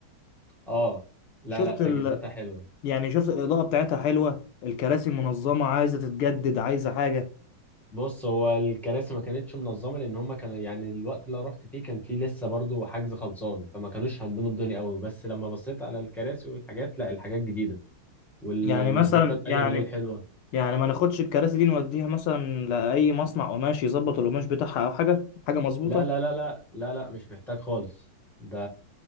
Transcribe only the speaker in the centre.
اه لا
لا تجهيزاتها
حلوة
بص هو الكراسي ما كانتش منظمة لأن هما كانوا يعني الوقت اللي أنا رحت فيه كان فيه لسه برضو حجز خلصان فما كانوش هندموا الدنيا قوي بس لما بصيت على الكراسي والحاجات لا الحاجات جديدة والسبوتات
باينة
بالليل حلوة
لا لا لا لا لا لا مش محتاج خالص ده